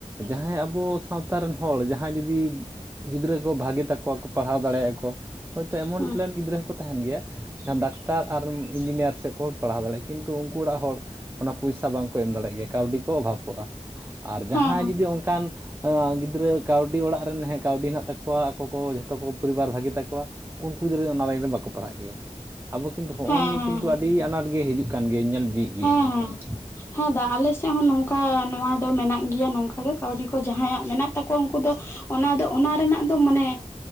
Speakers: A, on the right; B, on the left.
A: ᱡᱟᱦᱟᱸᱭ ᱟᱵᱚ ᱥᱟᱶ ᱛᱟ ᱨᱤᱱ ᱦᱚᱲ ᱡᱟᱦᱟᱸᱭ ᱡᱩᱫᱤ ᱜᱤᱫᱽᱨᱟᱹ ᱠᱚ ᱵᱷᱟᱜᱮ ᱛᱟᱠᱚᱣᱟ ᱠᱚ ᱯᱟᱲᱦᱟᱣ ᱫᱟᱲᱮᱜ ᱟᱠᱚ ᱦᱚᱭ ᱛᱚ ᱮᱢᱚᱱ
B: ᱦᱮᱸ
A: ᱴᱮᱞᱮᱱᱴ ᱜᱤᱫᱽᱨᱟᱹ ᱦᱚᱸᱠᱚ ᱛᱟᱸᱦᱮᱱ ᱜᱮᱭᱟ ᱰᱟᱠᱛᱟᱨ ᱟᱨ ᱤᱧᱡᱤᱱᱤᱭᱟᱨ ᱥᱮᱫ ᱠᱚ ᱯᱟᱲᱦᱟᱣ ᱫᱟᱲᱮᱜ ᱠᱤᱱᱛᱩ ᱩᱝᱠᱩ ᱚᱲᱟᱜ ᱦᱚᱲ ᱚᱱᱟ ᱯᱚᱭᱥᱟ ᱵᱟᱝᱠᱚ ᱮᱢ ᱫᱟᱲᱮᱜ ᱜᱮᱭᱟ ᱠᱟᱹᱣᱰᱤ ᱠᱚ ᱚᱵᱷᱟᱯᱚᱜ-ᱟ᱾ ᱟᱨ ᱡᱟᱦᱟᱸ
B: ᱦᱮᱸ
A: ᱡᱩᱫᱤ ᱚᱱᱠᱟᱱ ᱦᱮᱸ ᱜᱤᱫᱽᱨᱟᱹ ᱠᱟᱹᱣᱰᱤ ᱚᱲᱟᱜ ᱨᱮᱱ ᱦᱮᱸ ᱠᱟᱹᱣᱰᱤ ᱦᱮᱱᱟᱜ ᱛᱟᱠᱚᱣᱟ ᱟᱠᱚ ᱠᱚ ᱡᱷᱚᱛᱚ ᱠᱚ ᱯᱚᱨᱤᱵᱟᱨ ᱵᱷᱟᱜᱮ ᱛᱟᱠᱚᱣᱟ ᱩᱱᱠᱩ ᱜᱤᱫᱽᱨᱟᱹ ᱚᱱᱟ ᱞᱟᱭᱤᱱ ᱨᱮ ᱵᱟᱠᱚ ᱯᱟᱲᱦᱟᱜ ᱜᱮᱭᱟ᱾ ᱟᱵᱚ ᱠᱤᱱᱛᱩ ᱦᱚᱸᱜ-ᱚ
B: ᱦᱮᱸ ᱦᱮᱸ
A: ᱱᱤᱭᱟᱹ
B: ᱦᱮᱸ ᱦᱮᱸ
A: ᱠᱤᱱᱛᱩ ᱟᱹᱰᱤ ᱟᱱᱟᱴ ᱜᱮ ᱦᱤᱡᱩᱜ ᱠᱟᱱ ᱜᱮᱭᱟᱹᱧ ᱧᱮᱞ ᱤᱫᱤᱜ ᱜᱤᱭᱟᱹᱧ
B: ᱦᱮᱸ ᱦᱮᱸ
A: ᱮᱠᱷᱚᱱᱚ᱾
B: ᱦᱮᱸ ᱵᱟ ᱟᱞᱮ ᱥᱮᱫ ᱦᱚᱸ ᱱᱚᱝᱠᱟ ᱱᱚᱣᱟ ᱫᱚ ᱢᱮᱱᱟᱜ ᱜᱮᱭᱟ ᱱᱚᱝᱠᱟ ᱜᱮ ᱠᱟᱹᱣᱰᱤ ᱠᱚ ᱡᱟᱦᱟᱸᱭᱟᱜ ᱢᱮᱱᱟᱜ ᱛᱟᱠᱚᱣᱟ ᱩᱝᱠᱩ ᱫᱚ ᱚᱱᱟ ᱫᱚ ᱚᱱᱟ ᱨᱮᱱᱟᱜ ᱫᱚ ᱢᱟᱱᱮ